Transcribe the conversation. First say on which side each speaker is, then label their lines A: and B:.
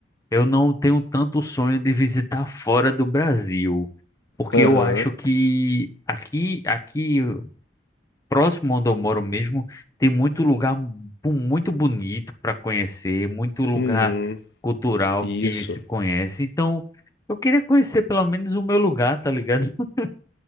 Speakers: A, on the left (about 20°); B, on the left (about 65°).
A: Eu não tenho tanto sonho de visitar fora do Brasil, porque
B: Aham,
A: eu acho que aqui, aqui próximo onde eu moro mesmo, tem muito lugar bu- muito bonito para conhecer, muito lugar
B: uhum,
A: cultural
B: isso.
A: que se conhece. Então, eu queria conhecer pelo menos o meu lugar, tá ligado? <laughs>